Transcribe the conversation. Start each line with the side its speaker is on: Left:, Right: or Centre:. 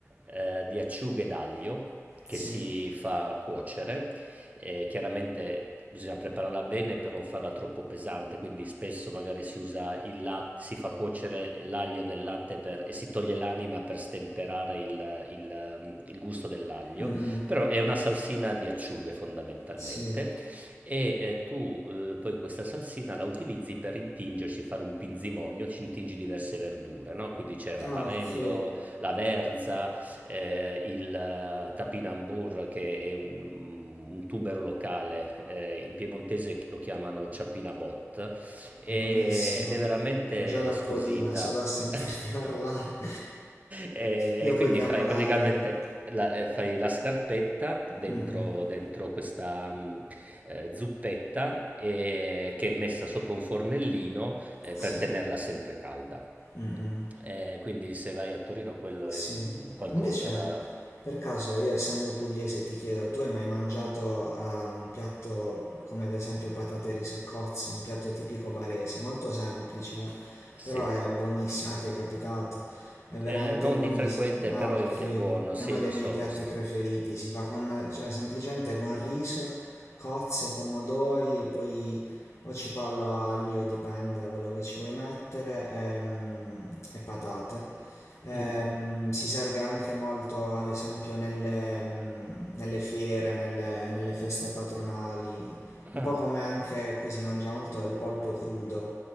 Right: ehm, di acciughe d'aglio che
Left: Sì?
Right: si fa cuocere, ehm, chiaramente bisogna prepararla bene per non farla troppo pesante, quindi spesso magari si usa il lat si fa cuocere l'aglio nel latte per e si toglie l'anima per stemperare il il mhmm, il gusto dell'aglio,
Left: Mm-mm.
Right: però è una salsina di acciughe fondamentalmente,
Left: Sì.
Right: e eh, tu eh, poi questa salsina la utilizzi per intingerci, fare un pinzimonio, ci intingi diverse verdure, no? Quindi c'è il rapanello,
Left: Ah, ok,
Right: la verza, eh, il eh, tapinambur che è un, mm, un tubero locale, eh, in piemontese lo chiamano ciappina bot e-
Left: buonissimo.
Right: ed è veramente
Left: Già l'acquolina
Right: squisita.
Left: solo a sentirti
Right: <laughs>
Left: <laughs> parlare.
Right: E
Left: Io poi
Right: quindi
Left: chiamo
Right: fai
Left: l'aglio.
Right: praticamente la, eh, fai la scarpetta dentro,
Left: Mm, mm,
Right: dentro questa, mm, ehm, zuppetta, ehm, che è messa sopra un fornellino, ehm,
Left: sì.
Right: per tenerla sempre calda.
Left: Mm-mm.
Right: Ehm, quindi se vai a Torino quello
Left: Sì,
Right: è un qualcosa
Left: invece
Right: da
Left: per caso io essendo pugliese ti chiedo, tu hai mai mangiato ah, un piatto come ad esempio patate, riso e cozze, un piatto tipico barese, molto semplice,
Right: sì.
Left: però è buonissimo, ah ti è capitato, è veramente
Right: Ehm, non
Left: buonissimo.
Right: di frequente,
Left: Ah
Right: però
Left: ok,
Right: è è buono, sì
Left: è uno
Right: lo
Left: dei
Right: so,
Left: miei piatti
Right: lo so.
Left: preferiti, si fa con, cioè semplicemente con riso, cozze, pomodori, poi o cipollo, aglio, dipende da quello che ci vuoi mettere, e, mm, e patate. Ehm,
Right: Mh.
Left: si serve anche molto, ad esempio, nelle, mm, nelle fiere, nelle, nelle feste patronali, un
Right: Ah.
Left: po' come anche qui si mangia molto del polpo crudo,